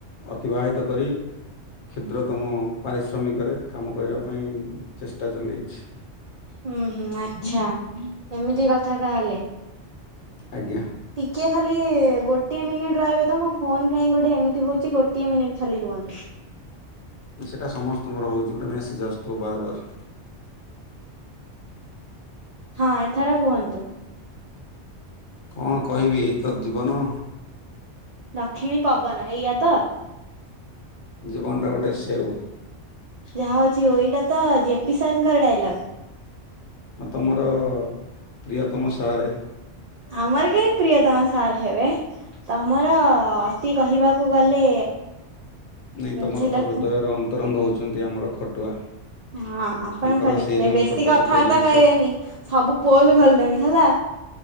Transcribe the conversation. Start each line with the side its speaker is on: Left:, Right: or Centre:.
Left: ଅତିବାହିତ କରି। କ୍ଷୁଦ୍ରତମ ପାରିଶ୍ରମିକରେ କାମ କରିବା ପାଇଁ ଚେଷ୍ଟା ଚଲାଇଛି।
Right: ହୁଁ -ହୁଁ ଆଚ୍ଛା! ଏମିତି କଥା ତାହେଲେ
Left: ଆଜ୍ଞା!
Right: ଟିକିଏ ଖାଲି ଗୋଟିଏ ମିନିଟ୍ ରହିବେ ତ ମୋ ଫୋନ୍ କାହିଁ ଗୋଟେ ଏମିତି ହେଉଛି। ଗୋଟିଏ ମିନିଟ୍ ଖାଲି ରୁହନ୍ତୁ।
Left: ନା ସେଇଟା ସମସ୍ତଙ୍କର ହଉଛି। ଗୋଟେ ମେସେଜ ଆସଥିବ ବାର ବାର
Right: ହଁ ଏଥର କୁହନ୍ତୁ।
Left: କଣ କହିବି ଏଇତ ଜୀବନ।
Right: ଦକ୍ଷିଣୀ ପବନ ଏଇଆ ତ?
Left: ଜୀବନଟା ଗୋଟେ ସେଓ
Right: ଯାହା ହଉଛି ହୋଉ ଏଇଟା ତ ଜେପି ସାର ଙ୍କ ଡାଇଲଗ।
Left: ଆଉ ତମର ପ୍ରିୟତମ ସାର୍
Right: ଆମର କାଇଁ ପ୍ରିୟ ତମ ସାର ହେବେ। ତମର ଅତି କହିବାକୁ ଗଲେ
Left: ନାଇଁ ତମର
Right: ସେଇଟାକୁ
Left: ତ ହୃଦୟ ରନ୍ତ ସତରଙ୍ଗ ହେଉଛନ୍ତି ଆମର ଖଟୁଆ
Right: ହଁ ଆପଣ
Left: ତାଙ୍କର
Right: କଣ ଦେଖିଲେ
Left: ସେଇ ଯେଉଁ
Right: ବେଶୀ
Left: ଛୋଟ
Right: କଥାବାର୍ତ୍ତା
Left: ଛୋଟ ଜିନିଷ
Right: କହିବେନି ସବୁ ପୁଅ ବି ଭଲଦେମି ହେଲା।